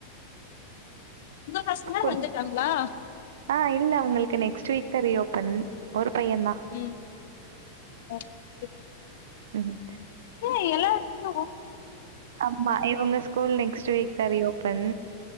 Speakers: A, on the left; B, on the right.
A: உங்க பசங்களா
B: ஸ்கூல்
A: வந்துட்டாங்களா
B: ஆஹ் இல்ல அவங்களுக்கு நெக்ஸ்ட் வீக் தா ரீ ஓப் பன் ஒரு பையந்தா
A: ம் ஓகே
B: உஹம்
A: ஏஹ் எல்லா எடத்துலயு ஓப்
B: ஆமா இவங்க ஸ் கூல் நெக்ஸ்ட் வீக் தா ரீ ஓபன்